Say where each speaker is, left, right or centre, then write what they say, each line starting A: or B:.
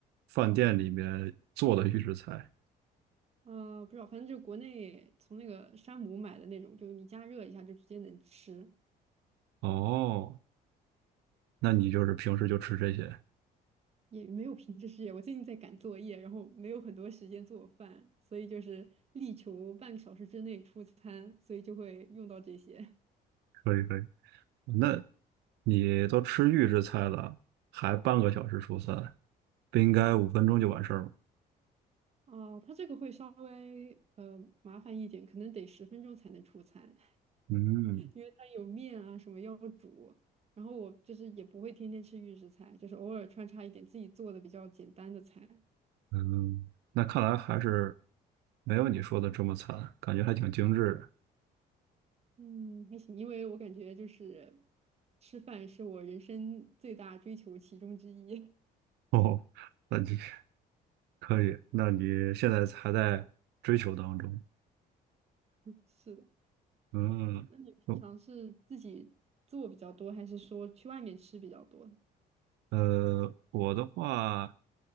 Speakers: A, on the right (about 80°); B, on the right (about 40°).
A: 饭店里面做的预制菜？
B: <laughs> 呃，不知道，反正就国内从那个山姆买的那种，就是你加热一下就直接能吃，
A: 哦，那你就是平时就吃这些，
B: 也没有品质试验。我最近在赶作业，然后没有很多时间做饭，所以就是力求半个小时之内出餐，所以就会用到这些。<laughs>
A: 可以可以。那你都吃预制菜了，还半个小时出餐，不应该五分钟就完事儿吗？
B: 哦，它这个会稍微呃麻烦一点，可能得十分钟才能出餐。
A: 嗯。
B: 因为它有面啊什么要煮，然后我就是也不会天天吃预制菜，就是偶尔穿插一点自己做的比较简单的菜。
A: 嗯，那看来还是没有你说的这么惨，感觉还挺精致的。
B: 嗯，还行，因为我感觉就是吃饭是我人生最大追求其中之一。
A: <laughs> 哦，那你 <laughs> 可以，那你现在还在追求当中。
B: <laughs> 是的，
A: 嗯，
B: 那你平常是自己做比较多，
A: 哦
B: 还是说去外面吃比较多？
A: 呃，我的话。